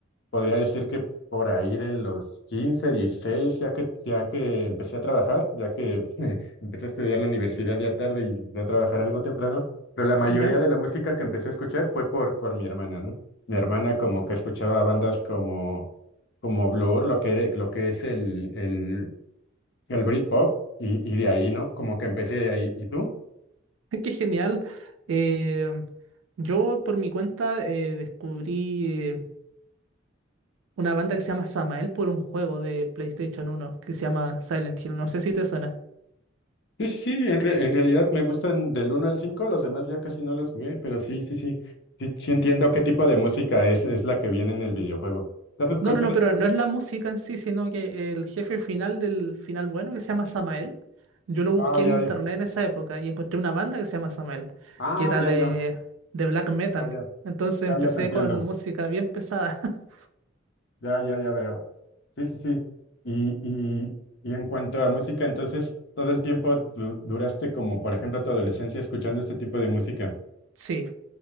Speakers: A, on the left (about 60°); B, on the right (about 80°).
A: podría decir que por ahí de los 15, 16, ya que, ya que empecé a trabajar, ya que <laughs> empecé a estudiar la universidad ya tarde y empecé a trabajar algo temprano, pero la mayoría
B: ¿Ya?
A: de la música que empecé a escuchar fue por, por mi hermana, ¿no? Mi hermana como que escuchaba bandas como... como Blur, lo que, era- lo que es el, el, el Britpop, y, y de
B: Ah,
A: ahí, ¿no? Como que empecé de ahí. ¿Y tú?
B: <laughs> Qué genial. Eh, yo por mi cuenta eh, descubrí eh, una banda que se llama Samael por un juego de PlayStation uno que se llama Silent Hill. No sé si te suena.
A: Sí, sí, sí, en, re- en realidad me gustan del uno al cinco los demás ya casi no los jugué, pero sí, sí, sí, sí, sí entiendo qué tipo de música es, es la que viene en el videojuego. ¿Sabes
B: No,
A: cosas?
B: no, no, pero no es la música en sí, sino que el jefe final del final bueno, que se llama Samael, yo lo busqué
A: Ah, ya,
B: en internet
A: ya.
B: en esa época y encontré una banda que se llama Samael,
A: Ah,
B: que era
A: ya,
B: de,
A: ya,
B: de black metal.
A: ya, ya,
B: Entonces empecé
A: ya, ya te entiendo.
B: con música bien pesada. <laughs>
A: Ya, ya, ya veo. Sí, sí, sí. Y, y, y en cuanto a música, entonces, todo el tiempo du- duraste como, por ejemplo, tu adolescencia escuchando ese tipo de música.
B: Sí,